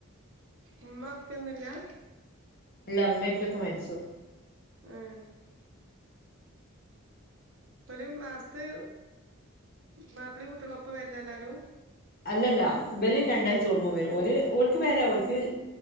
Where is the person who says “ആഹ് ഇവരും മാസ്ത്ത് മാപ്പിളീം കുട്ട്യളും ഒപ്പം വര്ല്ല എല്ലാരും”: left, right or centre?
Right